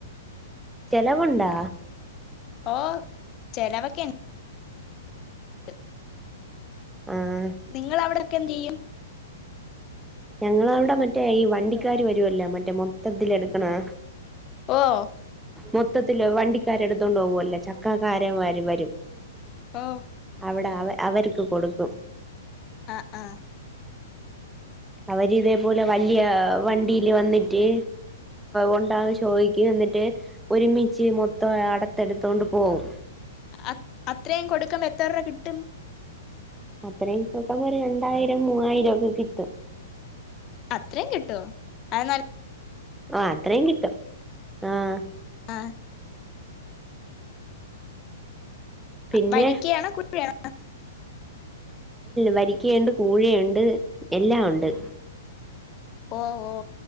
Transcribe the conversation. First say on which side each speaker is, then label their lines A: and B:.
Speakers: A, in the centre; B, on the left.
A: ചെലവുണ്ടോ
B: ഓഹ് ചെലവൊക്കെണ്ട് ണ്ട്
A: ആഹ്
B: നിങ്ങളവിടൊക്കെ എന്തുചെയ്യും
A: ഞങ്ങളവിടെ മറ്റേ ഈ വണ്ടിക്കാരു വരുവല്ലോ മറ്റേ മൊത്തത്തിലെടുക്കണേ
B: ഓഹ്
A: മൊത്തത്തിലോ വണ്ടികരെടുത്തോണ്ടുപോവല്ലേ ചക്കക്കാരന്മാര് വരും.
B: ഓഹ്
A: അവിടെ അവ അവര് ക്ക് ക്കൊടുക്കും.
B: ആഹ് ആഹ്‌
A: അവരിതേപോലെ വലിയ വണ്ടിയില് വന്നിട്ട് ഉണ്ടോ ചോയ്ക്ക് എന്നിട്ട് ഒരുമിച്ച് മൊത്തം അടത്തെടുത്തോണ്ട് പോവും.
B: അ അത്രയും കൊടുക്കുമ്പോ എത്ര രൂപ കിട്ടും.
A: അത്രയും പോക്കുമ്പോ <unintelligible> ഒരു രണ്ടായിരം മൂവായിരമൊ ക്കെ കിട്ടും.
B: അത്രേം കിട്ടോ അത് നല്ല
A: ആഹ് അത്രേം കിട്ടും ആഹ്.
B: ആഹ്
A: പിന്നെ
B: വരിക്കയാണോ <unintelligible>
A: വരിക്കണ്ട് കൂഴയുണ്ട് എല്ലാം ഉണ്ട്.
B: ഓ, ഓ.